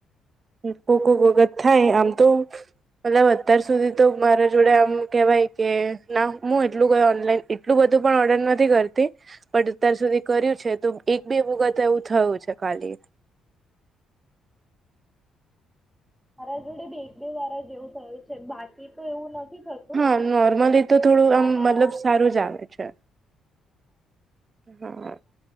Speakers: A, on the right; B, in the centre.
A: કો કો વખત થાય આમ તો મતલબ અત્યાર સુધી તો મારા જોડે આમ કેવાય કે ના હું એટલું કયો ઓનલાઈન એટલું બધું પણ ઓર્ડર નથી કરતી પણ અત્યાર સુધી કર્યું છે તો એક બે વખત એવું થયું છે. ખલી
B: મારા જોડે ભેગદેવ વારા જેવું થયું છે બાકી તો એવું નથી થતું
A: હા નોર્મલી તો થોડું
B: પણ
A: આમ મતલબ સારું જ આવે છે. હા